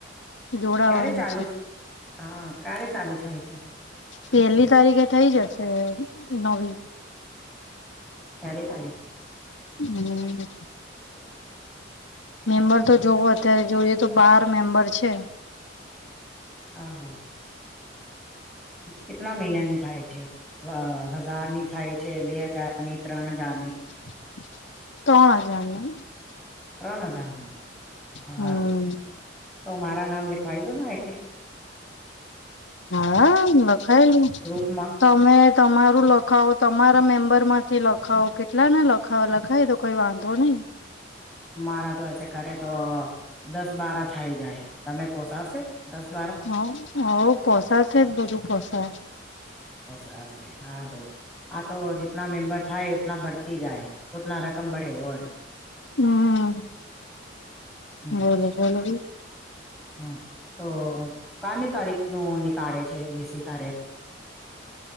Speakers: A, on the left (about 75°); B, in the centre.
A: જોડાવાનું
B: ક્યારે ચાલુ છે, <unintelligible> ક્યારે ચાલુ છે. થાય
A: પેલી તારીખે થઇ જાશે. નવી
B: ક્યારે <inaudible>
A: હમ મેમ્બર તો જોવો અત્યારે જોઈએ તો બાર મેમ્બર છે.
B: <unintelligible> તો કેટલા મહિનાની થાય છે, હજાર થાય છે, બે હજાર ની રાના જાની
A: તોણ <unintelligible>
B: <inaudible> હારું
A: હમ
B: તો મારા નામ લખ ફાયદો ના એ કઈ
A: હા લખાયેલું
B: ગ્રુપમાં
A: તમે તમારું લખાવો તમારા મેમ્બર માં. <unintelligible> લખાવો કેટલા ને લખાવો લખાવ તો કોઈ વાંધો નહીં
B: મારા તો <unintelligible> છે, <unintelligible> તો દસ બાર થાય જાય <unintelligible> પોસાશે દસ બાર
A: હ હ પોસાશે જ બધું પોસાય.
B: બસ <inaudible> આ તો જેટલા મેમ્બર થાય. <unintelligible> બઢતી જાય <inaudible> કમબડે ઓ
A: હમ
B: અચ્છા
A: બોલો બોલો બ
B: હમ તો કની તારીખ નું નીકાળે છે, બીસી <inaudible>